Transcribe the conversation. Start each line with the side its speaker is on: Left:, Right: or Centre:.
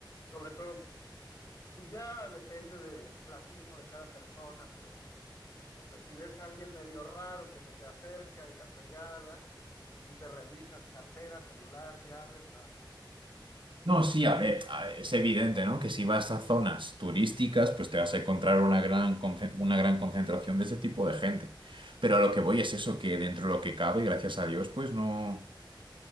Left: Sobre todo, pues ya depende del clasismo de cada persona, pero pues si ves a alguien medio raro que se te acerca y la fregada, pues sí te revisas cartera, celular, llaves, ah, no pasa nada.
Right: No, sí, a ver, a ver, es evidente, ¿no? Que si vas a zonas turísticas, pues te vas a encontrar una gran, conce- una gran concentración de ese tipo de gente. Pero a lo que voy es eso, que dentro de lo que cabe, gracias a Dios, pues no...